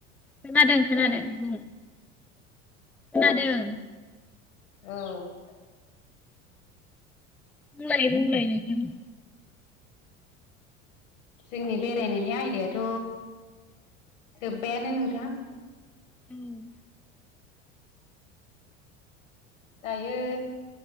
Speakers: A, in the centre; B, on the left.
A: खोनादों
B: खोनाया
A: खोनादों बुं। खोनादों
B: औ
A: ।
B: औ ।
A: बुंलाय बुंलाय नोंथां ।
B: जोंनि बेरायनायनि आयदायाथ' जोब्बायानो नोंथां ।
A: उम ।
B: दायो